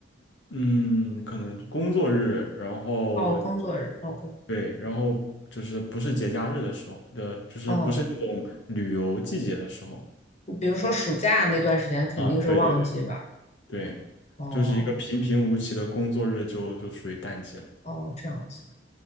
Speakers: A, on the left; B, on the left.
A: 嗯，可能工作日，然后
B: 哦，工作日，OK。
A: 对，然后就是不是节假日的时候的，就是不是那种旅游季节的时候
B: 哦，比如说暑假那段时间肯定是旺季吧？
A: 啊，对对对对，
B: 哦
A: 就是一个平平无奇的工作日就就属于淡季了。
B: 哦，这样子，